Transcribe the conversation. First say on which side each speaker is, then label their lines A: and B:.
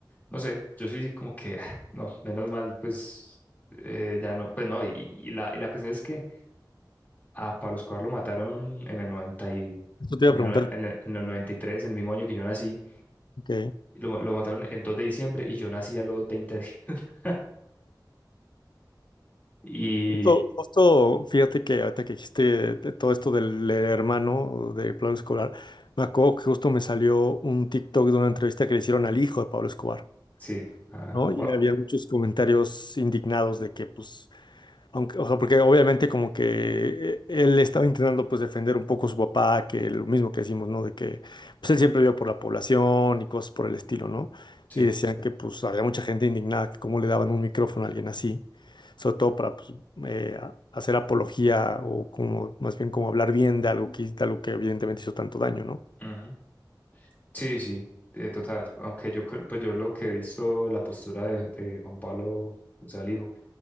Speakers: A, on the left; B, on the left.
A: no sé, yo sí como que, <laughs> ah, no, menos mal, pues eh, ya no, pues no, y, y la, y la cuestión es que a Pablo Escobar lo mataron en el 90 y,
B: Eso te
A: en
B: iba a preguntar.
A: el, noven- en el, en el 93, en el mismo año que yo nací,
B: Ok.
A: lo, lo mataron el 2 de diciembre y yo nací a los 20 <laughs> Y
B: Justo, justo, fíjate que ahorita que dijiste de todo esto del hermano de Pablo Escobar, me acuerdo que justo me salió un TikTok de una entrevista que le hicieron al hijo de Pablo Escobar,
A: sí, a
B: ¿no?
A: Juan
B: Y
A: Pablo,
B: había muchos comentarios indignados de que, pues, Aunque, o sea, porque obviamente como que eh, él estaba intentando pues defender un poco a su papá, que lo mismo que decimos, ¿no? De que pues él siempre vio por la población y cosas por el estilo, ¿no?
A: sí.
B: Y decían que pues había mucha gente indignada, que cómo le daban un micrófono a alguien así, sobre todo para pues, eh, a- hacer apología o como más bien como hablar bien de algo que, de algo que evidentemente hizo tanto daño, ¿no?
A: ujú. Sí, sí, eh, total, aunque yo, cre- pues yo lo que he visto, la postura de, de Juan Pablo, o sea, el hijo.